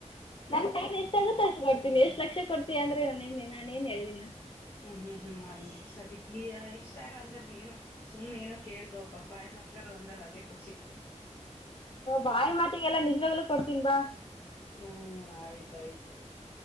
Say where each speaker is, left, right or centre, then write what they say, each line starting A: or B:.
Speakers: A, on the left; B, on the left.
A: ನನ್ ಕೈಲಿ ಎಷ್ಟಾಗುತ್ತೋ ಅಷ್ಟು ಕೊಡ್ತೀನಿ ಎಷ್ಟು ಲಕ್ಷ ಕೊಡ್ತೀಯಾ ಅಂದ್ರೆ ನಾನೇನ್ ನಾನ ಏನ್ ಹೇಳ್ಲಿ ಇನ್ನ
B: ಹ್ಮ್ ಹ್ಮ್ ಹ್ಮ್ ಹಂಗೆ ಸದಕ್ಯಾ ಇಷ್ಟಾರ ಅಂದ್ರ ಏನು ಸುಮ್ನೆ ಏನೋ ಕೇಳ್ದಪ್ಪ ಬಾಯಿ ಮತ್ಗಾರ ಅಂದಲ್ಲ ಅದೇ ಖುಷಿ
A: ಬಾಯಿ ಮಾತಿಗೆಲ್ಲಾ ನಿಜವಾಗಲೂ ಕೊಡ್ತೀನ್ ಬಾ
B: ಹ್ಮ್ ಆಯ್ತಾಯ್ತು